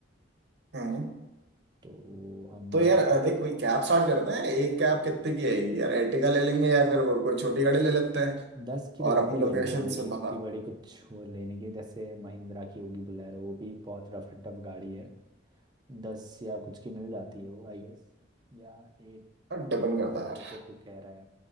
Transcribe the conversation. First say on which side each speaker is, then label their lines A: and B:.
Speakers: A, on the right (about 55°); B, on the right (about 20°).
A: Hmm
B: तो हम
A: तो यार
B: और
A: a, देख वही कैब स्टार्ट करते हैं एक कैब कितने की है यार एर्टिगा ले लेंगे या फिर वो कोई छोटी गाड़ी ले लेते हैं
B: दस की रेंज
A: और अपनी
B: की
A: लोकेशन
B: लेंगे कोई
A: से
B: इतनी
A: भगा
B: बड़ी कुछ वो लेने की जैसे महिंद्रा की होगी बुलेरो वो भी बहुत रफ एंड टफ गाड़ी है दस या कुछ की मिल जाती है वो आई गेस या एट की
A: डिपेंड
B: रेंज
A: करता
B: में
A: है यार
B: जैसे तू कह रहा है